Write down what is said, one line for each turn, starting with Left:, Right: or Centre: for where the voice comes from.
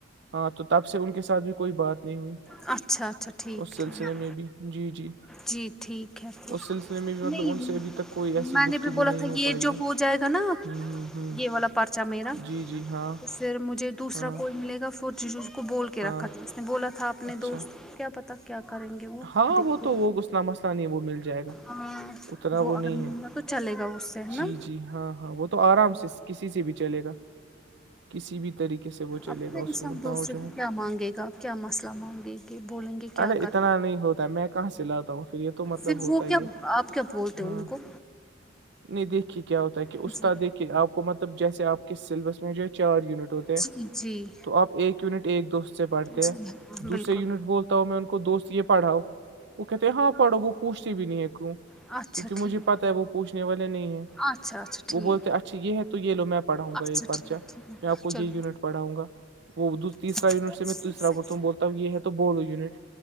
Right: ہاں تو تب سے ان کے ساتھ بھی کوئی بات- ہو
Centre: اچھا اچھا ٹھیک
Right: اس سلسلے
Centre: ٹھیک
Right: میں بھی جی- جی
Centre: جی ٹھیک ہے پھر
Right: اس سلسلے میں بھی مطلب
Centre: نہیں
Right: ان سے ابھی تک کوئی ایسی
Centre: میں
Right: گفتگو
Centre: نے بھی بولا
Right: نہیں
Centre: تھا
Right: ہو
Centre: یہ
Right: پائی
Centre: جو
Right: ہے
Centre: ہو جائے گا نا
Right: ہ ہ ہ
Centre: یہ والا پرچہ میرا
Right: جی جی ہاں
Centre: پھر مجھے دوسرا
Right: ہاں
Centre: کوئی ملے گا فور جیز اس کو بول کے
Right: ہاں
Centre: رکھا تھا اس نے بولا تھا اپنے
Right: اچھا
Centre: دوست کیا پتا کیا کریں گے وہ
Right: ہاں
Centre: دیکھو
Right: وہ تو وہ غسلہ مسئلہ نہیں وہ مل جائے گا
Centre: ہاں
Right: اتنا وہ
Centre: اگر
Right: نہیں
Centre: ملے
Right: ہے
Centre: گا تو چلے گا اس سے ہے نا
Right: جی جی ہاں ہاں وہ تو آرام سے کسی سے بھی چلے گا ج کسی بھی طریقے سے وہ چلے
Centre: اپنے
Right: گا اس
Centre: انسان
Right: کےتا
Centre: دوسرے
Right: وہ جو ہے
Centre: کو کیا مانگے گا کیا مسئلہ مانگے گے بولیں گے کیا
Right: ہ ارے
Centre: کر
Right: اتنا نہیں ہوتا ہے میں کہاں سے لاتا ہوں پھر یہ تو مطلب
Centre: پھر
Right: ہوتا
Centre: وہ
Right: ہی
Centre: کیا
Right: ہے
Centre: آپ کیا بولتے
Right: ہاں
Centre: ہو ان کو
Right: نہیں دیکھیے کیا ہوتا ہے کہ استاد
Centre: جی
Right: دیک آپ کو مطلب جیسے آپ کے سلیبس میں جو ہے چار یونٹ ہوتے
Centre: جی
Right: ہیں
Centre: جی جی
Right: تو آپ ایک یونٹ ایک دوست سے پڑھتے
Centre: ہاں
Right: ہیں دوسرے
Centre: بالکل
Right: یونٹ بولتا ہوں میں ان کو کو دوست یہ پڑھاؤ وہ کہتے ہاں پڑھو وہ پوچھتے بھی نہیں ہے کیوں
Centre: اچھا
Right: کیونکہ
Centre: ٹھیک
Right: مجھے پتا ہے وہ پوچھنے والے نہیں ہے
Centre: اچھا اچھا ٹھیک
Right: وہ بولتے اچھا یہ ہے تو یہ لو میں پڑھؤں
Centre: اچھا
Right: گا یہ پرچا
Centre: ٹھیک ٹھیک
Right: میں آ کو
Centre: چلو
Right: یہ یونٹ پڑھاؤ گا وہ تیرا
Centre: اچھا
Right: یونٹ سے میں تیسرا
Centre: صحیح
Right: بت بولتا لب یہ ہے تو بولو یونٹ